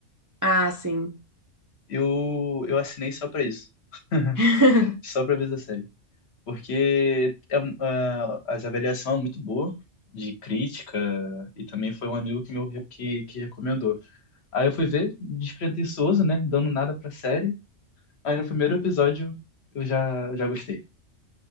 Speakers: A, on the right; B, on the left.
A: Ah, sim.
B: Eu, eu assinei só pra isso. <laughs>
A: <laughs>
B: Só pra ver essa série. porque é, um- a- as avaliação é muito boa de crítica e também foi um amigo que meu que, que recomendou. Aí eu fui ver, despretensioso, né, dando nada pra série. Aí no primeiro episódio eu já já gostei.